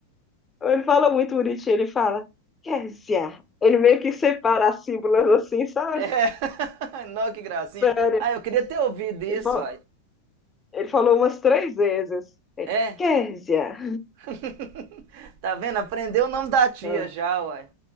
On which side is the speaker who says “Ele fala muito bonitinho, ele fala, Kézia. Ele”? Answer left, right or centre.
Left